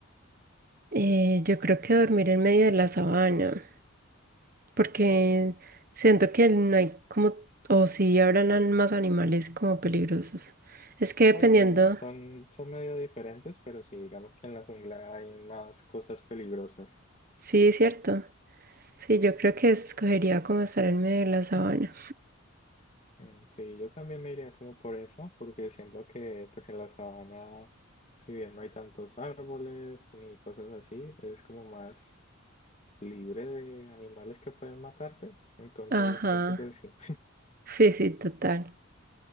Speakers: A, on the right; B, on the left.
A: Eh, yo creo que dormir en medio de la sabana, porque siento que no hay como, o sí, habrán an- más animales como peligrosos. Es que dependiendo,
B: Puede ser, son, son medio diferentes, pero sí, digamos que en la jungla hay más cosas peligrosas.
A: sí, es cierto. Sí, yo creo que escogería como estar en medio de la sabana.
B: Mm, Sí, yo también me iría como por esa, porque siento que pues en la sabana, si bien no hay tantos árboles ni cosas así, es como más libre de animales que pueden matarte. Entonces
A: Ajá.
B: siento que sí.
A: Sí, sí, total.